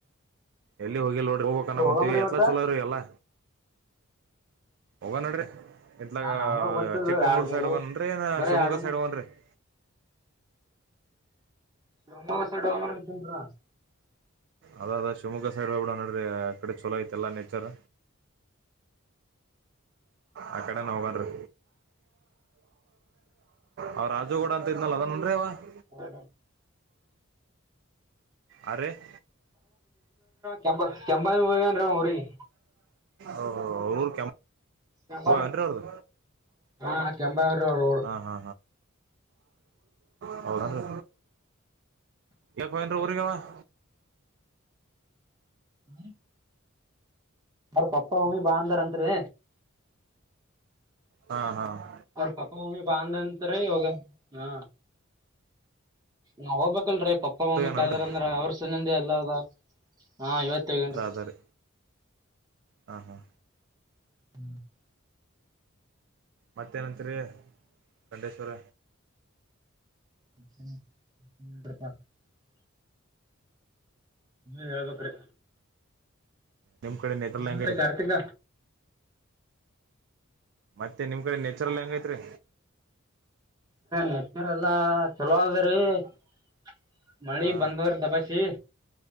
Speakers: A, on the right; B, on the right.
A: ಎಲ್ಲಿ ಹೋಗಿಲ್ ನೋಡ್ರಿ ಹೋಗ್ಕ್ನ್ನ
B: ಹೋಗಮ್ರಿ
A: ಕುಂತೀವಿ ಎತ್ಲಾ
B: ಮತ್ತ
A: ಚಲೋ ರೀ ಎಲ್ಲಾ ಹೋಗ ನಡ್ರಿ ಇತ್ಲಾಗ
B: ನಾ ನಮ್ಗ ಗೊತ್ತಲ್ರಿ
A: ಚಿಕ್ಕಮಂಗಳೂರ್
B: ಎರಡ್
A: ಸೈಡ್
B: ಮೂರು
A: ಹೋಗನ್ನ್ರೀ ಏನ
B: ಬರೀ
A: ಶಿವಮೊಗ್ಗ
B: ಎರಡ್ ಮೂರ್
A: ಸೈಡ್ ಹೋಗನ್ರೀ <inaudible>
B: ಶಿವಮೊಗ್ಗ ಸೈಡ್ ಹೋಗನಾಡ್ರಿ
A: ಅದ ಅದ ಶಿವಮೊಗ್ಗ ಸೈಡ್ ಹೋಗ್ಬಿಡ ನೋಡ್ರಿ ಆ ಕಡೆ ಚಲೋ ಐತೆಲ್ಲಾ ನೇಚರ್ ಆ ಕಡೆನ ಹೋಗಾರಿ ಅವ ರಾಜುಗೌಡ ಅಂತ ಇದ್ನಲ್ಲ <unintelligible>
B: <inaudible>
A: ಆ <inaudible> <inaudible>
B: ಕೆಂಬ ಕೆಂಬಾವಿ ಹೋಗ್ಯಾನ್ರಿ ಅವ ಊರಿಗೆ
A: ಅವೂರು
B: ಕೆಂಬಾವಿ
A: ಎಂಟ್ರ ಅವದು
B: ಹಾ ಕೆಂಬಾವಿ ಅವ್ರ ಅವ್ರ
A: <unintelligible> ಹಾ, ಹಾ, ಹಾ ಹೌದನ್ರಿ ಇವತ್ತಾಹೋಗಾನ್ನ್ರೀ ಅವಾ ಊರಿಗಿ. <inaudible>
B: ಹರಿೀ <inaudible> ಅವ್ರ ಪಪ್ಪಾ, ಮಮ್ಮಿ ಬಾ ಅಂದಾರ್ ಅಂತ ರಿ.
A: ಹಾ, ಹಾ,, -
B: ಅವ್ರ ಪಪ್ಪಾ, ಮಮ್ಮಿ ಬಾ ಅಂದರಂತರಿ. ಹ್ಮ, ನಾ ಹೋಗ್ಬೇಕಲ್ರೀ ಪಪ್ಪಾ, ಮಮ್ಮಿ
A: ಏನನ್ರಿ
B: ಕರ್ದಾರ ಅಂದ್ರ ಅವ್ರ ಸಲಂದೆ ಎಲ್ಲ ಅದ ಹಾ, ಇವತ್ತ ಹೋಗ್ಯಾನ್ರಿ,
A: ಅದ ಅದ ರೀ ಹಾ, ಹಾ
B: ಹ್ಮ್ <inaudible>
A: ಮತ್ತೇನಂತರಿ ಗಂಡೇಶ್ವರ.
B: ಎಾ <unintelligible> ನೀವೆ ಹೇಳ್ಬೇಕ್ರಿ
A: ನಿಮ್ ಕಡೆ ನೇತ್ರಲ್
B: ಎನ್
A: ಹೆಂಗ
B: ನಡದಾದಲೆಕಾರ್ತಿಕ.
A: ರೀ ಮತ್ತೆ ನಿಮ್ ಕಡೆ ನೆಚರ ಹೆಂಗ್ ಐತ್ರಿ,
B: ನೆಚರೆಲ್ಲಾ ಚಲೋ ಆದ್ರಿಮಳಿ
A: ಹಾ
B: ಬಂದದ್ರ ದಬಾಸಿ.